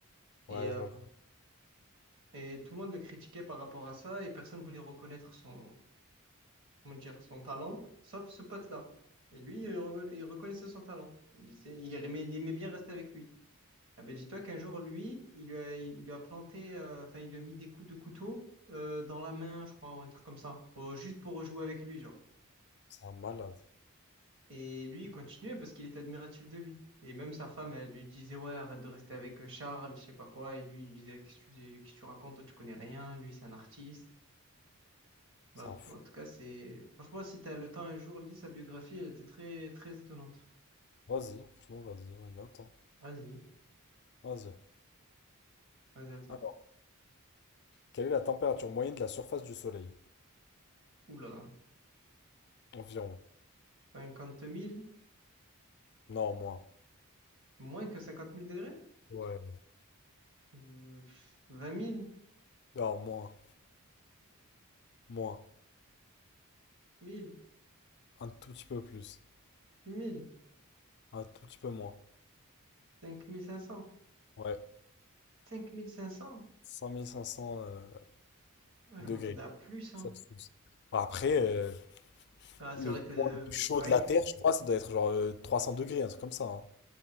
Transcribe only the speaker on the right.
Et,
euh,
et tout le monde le critiquait par rapport à ça et personne voulait reconnaître son, comment dire, son talent, sauf ce pote-là. Et lui, il, reconna- il reconnaissait son talent. Il, disait- il aimait, il aimait bien rester avec lui. Ah ben, dis-toi qu'un jour, lui, il lui a, il lui a planté, euh, enfin, il lui a mis des coups de couteau euh, dans la main, je crois, ou un truc comme ça, pour- juste pour rejouer avec lui, genre.
Et lui, il continuait parce qu'il était admiratif de lui. Et même sa femme, elle lui disait, ouais, arrête de rester avec euh, Charles, je sais pas quoi. Et lui, il disait, qu'est-ce que tu, qu'est-ce que tu racontes, toi, tu connais rien, lui, c'est un artiste. Bref,
en tout cas, c'est... Franchement, si t'as le temps un jour, lis sa biographie, elle était très, très étonnante.
Vas-y,
vas-y à toi.
Oula,
cinquante mille
moins que cinquante mille degrés?
Euh, 20 000?
10
000,
5 000, 6 000, 5 500,
5 500.
Ah,
je m'attendais à plus, hein.
Ah,
c'est vrai que euh,
rien
que,